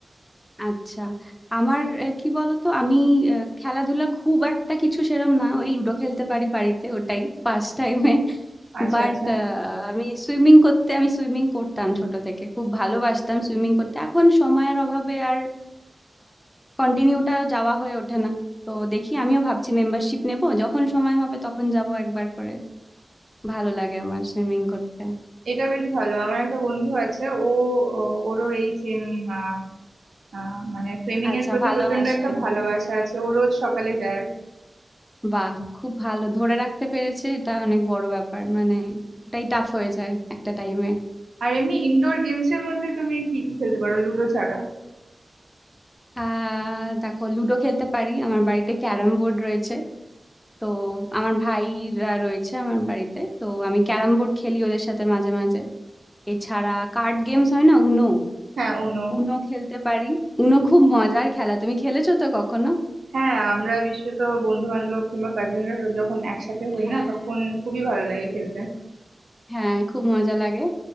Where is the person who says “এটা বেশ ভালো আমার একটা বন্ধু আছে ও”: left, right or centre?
Right